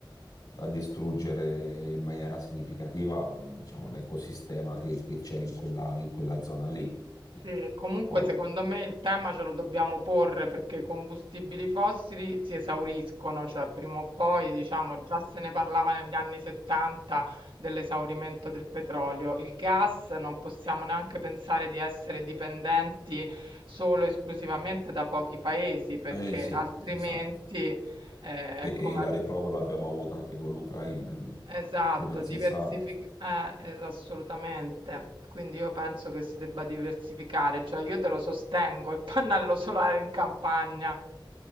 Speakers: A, on the left; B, on the right.
A: a distruggere in maniera significativa, diciamo, l'ecosistema che che c'è in quella, in quella zona lì.
B: Sì, e comunque
A: Poi,
B: secondo me il tema ce lo dobbiamo porre perché i combustibili fossili si esauriscono, cioè prima o poi, diciamo, già se ne parlava negli anni 70 dell'esaurimento del petrolio. Il gas non possiamo neanche pensare di essere dipendenti solo e esclusivamente da pochi paesi perché
A: eh sì,
B: altrimenti
A: esatto.
B: eh, è
A: E,
B: come...
A: e la
B: al
A: riprova l'abbiamo avuta anche con l'Ucraina, ecco,
B: Esatto,
A: che non si
B: diversific-
A: sa.
B: eh, es- assolutamente. Quindi io penso che si debba diversificare, cioè io te lo sostengo, il pannello solare in campagna.